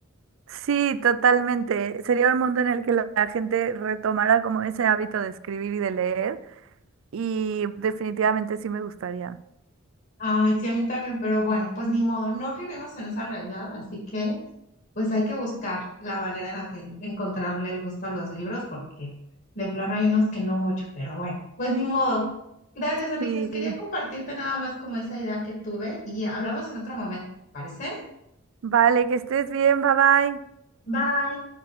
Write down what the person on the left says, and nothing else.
Ay, sí, a mí también, pero bueno, pues ni modo, no vivimos en esa realidad, así que Pues hay que buscar la manera en la que encontrarle el gusto a los libros, porque de plano hay unos que no mucho, pero bueno, pues ni modo. Gracias, Andy.
Pues quería compartirte nada más como esa idea que tuve y hablamos en otro momento, ¿te ¿parece?
Bye.